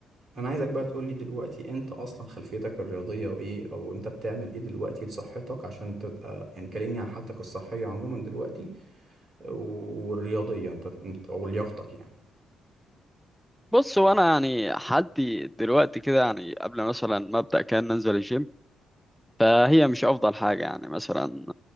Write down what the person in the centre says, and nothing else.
بص وانا يعني حدي دلوقتي كده يعني قبل مثلا ما ابدا كان ننزل الجيم فهي مش افضل حاجة يعني مثلا